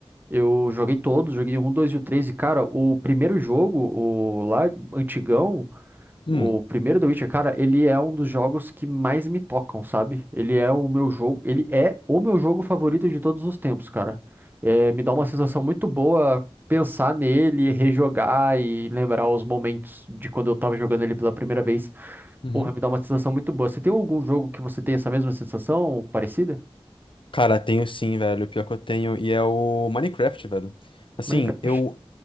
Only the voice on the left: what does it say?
Hum,
uhum.
Cara, tenho sim, velho, pior que eu tenho, e é o Minecraft, velho. Assim,
eu